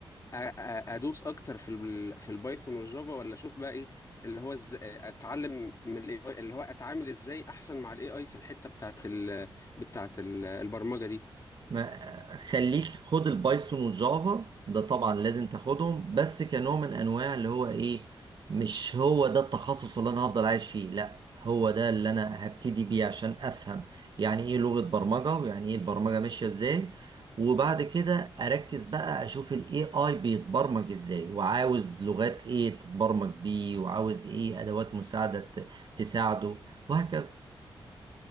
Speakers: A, on the left; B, on the right.
A: أ- ادوس اكتر في ال... في البايثون والجافا ولا اشوف بقى ايه اللي هو إز... اتعلم من الاي اي اللي هو اتعامل ازاي احسن مع الاي اي في الحتة بتاعت ال... بتاعت ال... البرمجة دي
B: ما خليك خد البايثون والجافا ده طبعا لازم تاخدهم بس كنوع من انواع اللي هو ايه مش هو ده التخصص اللي انا هفضل عايش فيه لا هو ده اللي انا هبتدي بيه عشان افهم يعني ايه لغة برمجة ويعني ايه البرمجة ماشية ازاي وبعد كده اركز بقى اشوف الاي اي بيتبرمج ازاي وعاوز لغات ايه تتبرمج بيه وعاوز ايه ادوات مساعدة ت- تساعده وهكذا